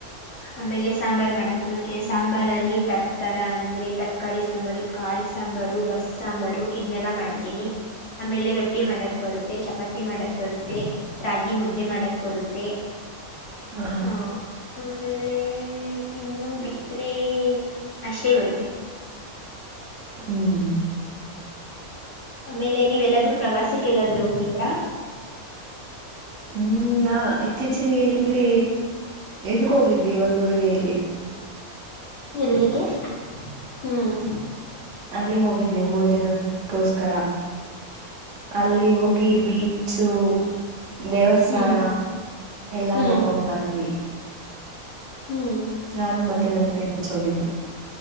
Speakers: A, on the left; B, on the right.
A: ಆಮೇಲೆ ಸಾಂಬರ್ ಮಾಡಕ್ ಬರುತ್ತೆ ಸಾಂಬರ್ ಅಲ್ಲಿ ತರ್ತರ ಅಂದ್ರೆ ತರಕಾರಿ ಸಾಂಬರು ಕಾಳ್ ಸಾಂಬರು ಬಸ್ ಸಾಂಬರು ಇದ್ನೆಲ್ಲಾ ಮಾಡ್ತೀನಿ ಆಮೇಲೆ ರೊಟ್ಟಿ ಮಾಡಕ್ ಬರುತ್ತೆ ಚಪಾತಿ ಮಾಡಕ್ ಬರುತ್ತೆ ರಾಗಿ ಮುದ್ದೆ ಮಾಡಕ್ ಬರುತ್ತೆ
B: ಹಾ ಹಾ
A: ಹ ಆಮೇಲೆ ಇನ್ನು ಬಿಟ್ರೆ ಅಷ್ಟೇ ಬರುತ್ತೆ
B: ಹ್ಮ್
A: ಆಮೇಲೆ ನೀವೆಲ್ಲಾದ್ರೂ ಪ್ರವಾಸಕ್ಕ ಎಲ್ಲಾದರು ಹೋಗಿದ್ರಾ
B: ಹ್ಮ್ ನಾ ಇತ್ತೀಚೆಗೆ ಇಲ್ಲಿ ಇದಕ್ ಹೋಗಿದ್ವಿ ಒಂದ್ ಊರಗೆಯಿಲ್ಲಿ
A: ಎಲ್ಲಿಗೆ ಹ್ಮ್
B: ಅಲ್ಲಿ ಹೋಗಿದ್ವಿ ಮೂರ್ ದಿನದಗೋಸ್ಕರ
A: <inaudible>
B: ಅಲ್ಲಿ ಹೋಗಿ ಬೀಚು ದೇವಸ್ಥಾನ್
A: ಹ್ಮ್
B: ಎಲ್ಲಾ
A: ಹ್ಮ್
B: ನೋಡ್ಕೊಂಡ್ ಬಂದ್ವಿ
A: ಹ್ಮ್
B: ನಾನು ಮತ್ತೆ ನನ್ ಫ್ರೆಂಡ್ಸ್ ಹೋಗಿದ್ವಿ